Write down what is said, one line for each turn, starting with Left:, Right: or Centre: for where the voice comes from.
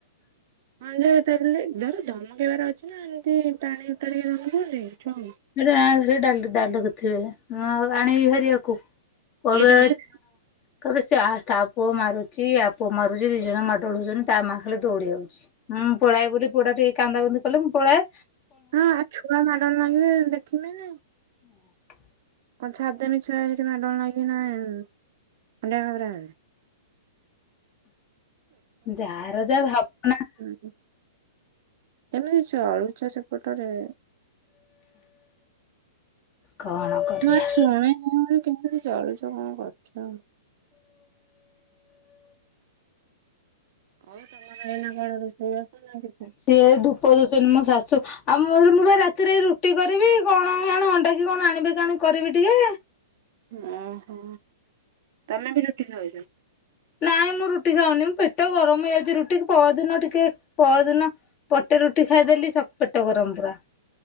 Right: ହଁ ଯେିଲ ଧର ଦମ କେବାର ଅଛି ନା ଏମିତି ପାଣିତାିକ ଦମ କୁହନ୍ତି ଛୁଆ।
Left: ସେଟା ସୋ ଡାଲ କରିୁଥିବେ ଆଣିବି ଭାରିବାକୁ କବେ
Right: ଇଏ ଡରେ
Left: କହିବେ ସେ ତା ପୁଅ ମାରୁଛି ପୁଅ ମାରୁଛି ଦି ଜଣ ମାଡଳ ହଉଛନ୍ତି ତା ମାଆ ଖ ଦୌଡି ଯାଉଛି। ହୁଁ ପଳଳାଏ ବୋଲି ପଡା ଟିକେ କାନ୍ଦା କନ୍ଦି କଲେ ମୁଁ ପଳାାଏ
Right: ହଁ ଆଉ ଛୁଆ ମାଡନ୍ ଲାଗିବେ ଦେଖିବେ ନାଇ।
Left: ହୁଁ।
Right: କଣ ଛାଦ ମିଛିବା ସେଠି ମେଡଲ ଲାଗି ନା ଅଣ୍ଡିଆ ଖାବରାରେ ହେବେ।
Left: ଯାହାର ଯାହା ଭାବନା।
Right: ହୁଁ ଏମିତିଛୁ ଅଳୁ ଚା ସେପଟରେ।
Left: କଣ। କରିବା
Right: ନା ଶୁଣି ଶୁଣୁଣି କେମିତି ଚଳୁଛ କଣ କରୁଛ। ହଉ ତମର ଏଇନା କଣ ରୋଷେଇ ବସ ନା କିଛି?
Left: ସିଏ ଧୁପ ଦଛନ୍ତିନ ମୋ ଶାଶୁ। ଆଉ ମୁଁ ବା ରାତିରେ ରୁଟି କରିବି କଣଣ ଅଣ୍ଡା କିି କଣ ଆଣିବେ କିଣି କରିବି ଟିକେ।
Right: ଓହୋ ତମେ ବି ରୁଟିିକ ଖାଉଛ।
Left: ନାଇଁ ମୁଁ ରୁଟି ଖାଉନି ମୁଁ ପେଟ ଗରମ ହେଇଯାଉଛି ରୁଟି ପରଦିନ ଟିକେ ପରଦିନ ପଟେ ରୁଟି ଖାଇଦେଲି ପେଟ ଗରମ ପୁରା।